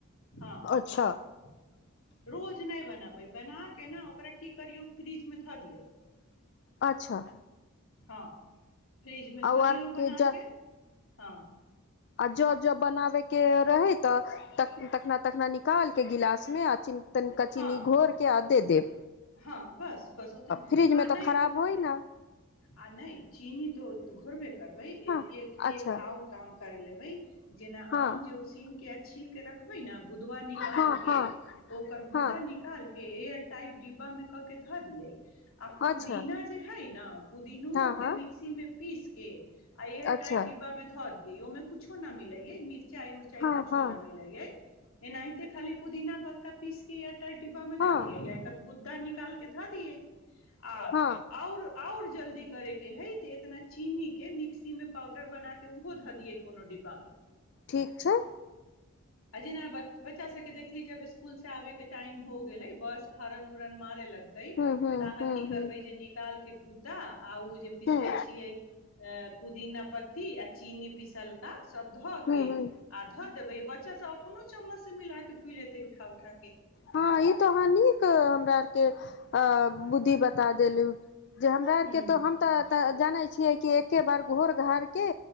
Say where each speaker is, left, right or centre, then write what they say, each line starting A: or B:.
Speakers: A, on the left; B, on the left.
A: ह <unintelligible>
B: अच्छा
A: रोज। नहि बनबै बनाके ने ओकरा की करियौ फ्रीजमे धऽ दियौ। <unintelligible>
B: अच्छा।
A: हँ। <unintelligible> फ्रिजमे
B: आ
A: धऽ
B: ओ आरके
A: दिऔ बनाकऽ
B: ज
A: हँ। <unintelligible>
B: आ जँ जँ बनाबयके रहै तऽ तखना- तखना निकालके गिलासमे आ तनिका चीनी।
A: हँ
B: घोर के आ दे देब
A: -हँ बस- बस ओ त
B: फ्रिज
A: आ
B: मे
A: नहि
B: तऽ खराब
A: <unintelligible> ओ
B: होइ न
A: आ नहि चीनी त। घरब। <unintelligible> करबै
B: हँ
A: एक-
B: अच्छा
A: एक आओर काम करि लेबै। जेना
B: हँ
A: आम जे उसीन के। छिलके राखबै ने। गुदवा निकालके
B: हँ हँ
A: <unintelligible> ओ। गुद्दा
B: हँ
A: निकाल। के एयर टाइट डिब्बा मे क के धऽ दिये। आ पुदीना
B: अच्छा
A: जे हे ने पुदीिनो
B: हँ
A: के
B: हँ
A: मिक्सी में पीस के आ एयर
B: अच्छा
A: टाइट डिब्बा मे धऽ दिये ओमे कुछो न मिलेये मिरचाई उर्चाई
B: हँ
A: कुछो
B: हँ
A: न मिलेय। ए नहिते खाली पुदीना पत्ता। बीसके एट। िब्बा मे धा
B: हँ
A: दिय या एकर गू। त निकाल के धऽ दियै। आ
B: हँ
A: और और जल्दी करे के हय ते एतना चीनी के मिक्सी मे पाउडर बना के उहो धऽ दियै कोनो डिब्बा मे।
B: ठीक छै।
A: अ जेीना बच्चा सबके देखली जब। आबे के टाइम हो गेले बस हरण उरण मारे लगते
B: हूँ हूँ
A: तऽ अहाँ
B: हूँ
A: की
B: हूँ
A: करबे जे निकाल के गुद्दा आ ओ जे पिसले
B: हूँ
A: छियै अ पुदीना पत्ता। ती आ चीनी पिसलका सब धऽ
B: हूँ
A: के
B: हूँ
A: आ धऽ देबै, बच्चा सब अपनो चम्मच से मिलाय के पी लेतै उठा उ ठा के।
B: हाँ ई तो अहाँ नीक हमरा आर के अ बुद्धि बता देलु। जे हमरा
A: हूँ
B: आर के तो हम तऽ ते जानै छियै कि एके बार घोर घार के